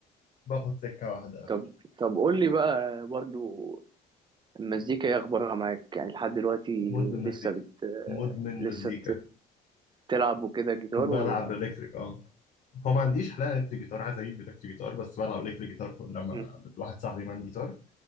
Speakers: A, on the left; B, on the right.
A: باخد سكه واحده
B: طب طب قول لي بقى برضو المزيكا ايه اخبارها معاك يعني لحد دلوقتي
A: مدمن مزيكا
B: لسه بت
A: مدمن
B: لسه
A: مزيكا
B: تلعب وكده جيتار
A: بلعب
B: ولا
A: الكتريك اه هو ما عنديش حلقه الكتريك جيتار عايز اجيب الكتريك جيتار بس بلعب الكتريك جيتار كل لما
B: مم.
A: واحد صاحبي معاه جيتار